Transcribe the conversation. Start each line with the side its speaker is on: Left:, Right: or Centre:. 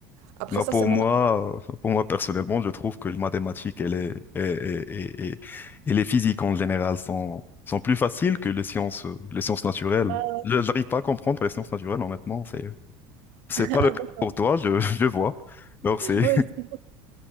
Right: Après
Left: Non,
Right: ça,
Left: pour
Right: c'est mon...
Left: moi, euh, pour moi personnellement, je trouve que les mathématiques et les et, et, et, et- et les physiques en général sont sont plus faciles que les sciences euh, les sciences naturelles.
Right: Ah,
Left: Je n'arrive pas à comprendre les sciences naturelles, honnêtement. C'est c'est
Right: <laughs>
Left: pas le
Right: ah,
Left: cas
Right: bon.
Left: pour toi, je <laughs> je vois. Alors c'est
Right: Oui, c'est-